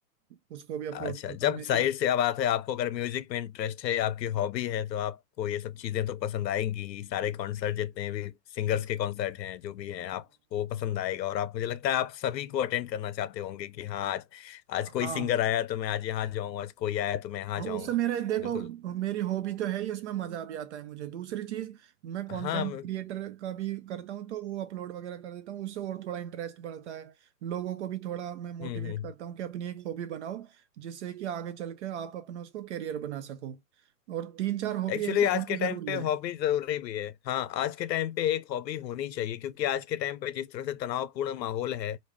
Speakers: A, on the right; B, on the left.
A: उसको भी अपलोड
B: अच्छा
A: करता
B: जब
A: हूँ मेरी
B: जाहिर सी बात है आपको अगर म्यूजिक में इंटरेस्ट है या आपकी हॉबी है तो आपको ये सब चीजें तो पसंद आएंगी ही। सारे कॉन्सर्ट जितने भी सिंगर्स
A: हाँ
B: के कॉन्सर्ट हैं जो भी हैं आपको पसंद आएगा और आप मुझे लगता है आप सभी को अटेंड करना चाहते होंगे कि हाँ आज आज
A: हाँ
B: कोई सिंगर आया तो मैं आज यहाँ जाऊँ आज कोई आया तो मैं यहाँ
A: हाँ
B: जाऊँ
A: उससे मेरा देखो
B: बिल्कुल
A: मेरी हॉबी तो है ही उसमें मजा भी आता है मुझे दूसरी चीज मैं कंटेंट
B: हाँ मैं-
A: क्रिएटर का भी करता हूँ तो वो अपलोड वगैरह कर देता हूँ उससे और थोड़ा इंटरेस्ट बढ़ता है लोगों को भी थोड़ा मैं मोटिवेट
B: हम्म हम्म
A: करता हूँ कि अपनी एक हॉबी बनाओ जिससे कि आगे चल के आप अपना उसको करियर बना सको और तीन चार हॉबी
B: एक्चुअली
A: ऐसे
B: आज
A: होना
B: के टाइम
A: जरूरी
B: पे
A: है
B: हॉबी जरूरी भी है हाँ आज के टाइम पे एक हॉबी होनी चाहिए क्योंकि आज के टाइम पे जिस तरह से तनावपूर्ण माहौल है